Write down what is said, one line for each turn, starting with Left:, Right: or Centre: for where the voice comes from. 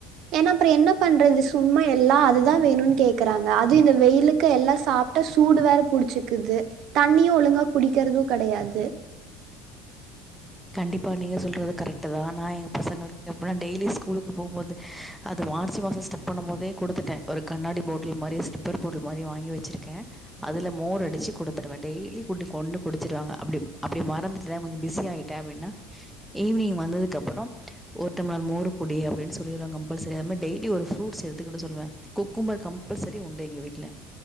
Right: ஏன்னா அப்பறோ என்ன பண்றது சும்மா எல்லா அதுதா வேணுன்னு கேக்குறாங்க அதுவு இந்த வெயிலுக்கு எல்லா சாப்ட்டா சூடு வேற புடிச்சிக்குது தண்ணியு ஒழுங்கா குடிக்கிறது கெடையாது
Centre: கண்டிப்பா நீங்க சொல்றது கரெக்ட்தா நா எங்க பசங்களுக்கு டிஃபரெண்ட் டெய்லி ஸ்கூலுக்கு போகும்போது அது மார்ச் மாசோ ஸ்டர் பண்ணும்போதே குடுத்துட்டே ஒரு கண்ணாடி பாட்டில் மாரி ஸ்லிப்பர் பாட்டில் மாரி வாங்கி வெச்சுருக்கே அதில மோர் அடிச்சு குடுத்துருவே டெய்லி குட்டி கொண்டு குடிச்சுருவாங்க அப்படி அப்படி மறந்துட்டே கொஞ்சோ பிஸியாயிட் டா அப்பின்னா ஈவி்னிங் வந்ததுக்கு அப்பறோ ஒரு டம்ளர் மோரு குடி அப்டின்னு சொல்லடுவே கம்பல்சரி அது மாரி டெய்லி ஒரு ஃப்ரூட்ஸ் எடுத்துக்கிட சொல்லுவே குக்கும்பர் கம்பல்செரி உண்டு எங்க வீட்டுல